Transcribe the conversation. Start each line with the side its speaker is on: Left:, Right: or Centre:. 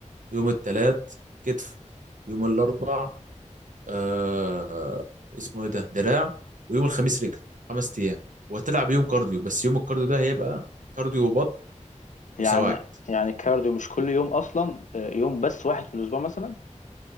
Right: يوم الثلاث كتف يوم الاربع آه اسمه ايه ده دراع ويوم الخميس رجل خمس ايام وهتلعب يوم كارديو بس يوم الكارديو ده هيبقى كارديو وبط
Left: يعني
Right: وسواعد
Left: يعني كارديو مش كل يوم أصلا آه، يوم بس واحد في الأسبوع مثلا